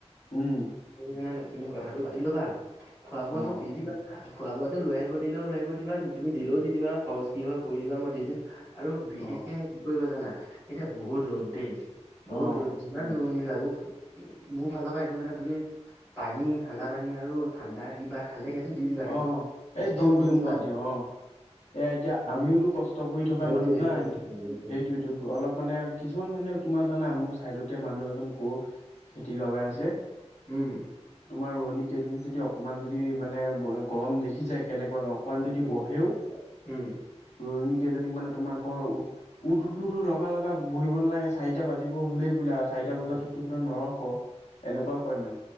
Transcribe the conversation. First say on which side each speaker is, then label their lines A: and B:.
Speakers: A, on the left; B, on the left.
A: উম
B: তুমি <unintelligible> তুমি কথাটো পাতি ল'বা, খোৱা বোৱাটো
A: অ
B: দি দিবা। খোৱা বোৱাটো লৈ আহিব দিলেও লৈ আহিব দিবা তুমি দিলেও দি দিবা খৰচ কি হয় কৰি দিবা মই দি দিম। আৰু বিশেষকে
A: অ
B: কি কৰিবা জানা এতিয়া বহুত ৰ'দ দেই। বহুত
A: অ
B: ৰ'দ যিমান ৰোৱনী লাগক মোৰ ফালৰ পৰা সেইটো মানে তুমি পানী ঠাণ্ডা পানী আৰু ঠাণ্ডা কিবা। খালে সেইটো দি দিবা সেইটো
A: অ
B: কষ্ট
A: এই দিওঁ
B: হ'ব
A: দিওঁ
B: নিদিবা
A: মই দিওঁ আহ। এ এতিয়া
B: কাৰণ
A: আমিওতো কষ্ট কৰি থকা
B: সেইটোৱে
A: মানুহ
B: সেইটোৱে
A: নাই।
B: সেইটোৱে সেইটোৱে
A: সেইটোয়ে তো অলপ মানে কিছমান মানে কি। তোমা জানা মোৰ ছাইডতে মানুহ এজন গৰুক খেতি লগাই আছে।
B: উম,
A: তোমাৰ ৰোৱনী কেইজনীক যদি অকমান যদি মানে গৰম দেখি যায় কেনেকুৱা গ অকমান
B: উম
A: যদি বহেও
B: উম
A: ৰোৱনি কেইজনীক মানে তোমাৰ আকৌ উঠ উঠ তুতটো লগা লগা বহিব নালাগে চাৰিটা বাজিব হলেই বোলে আৰু চাৰিটা
B: উম,
A: বজাতো নৰখ এনেকুৱা কয় মানে।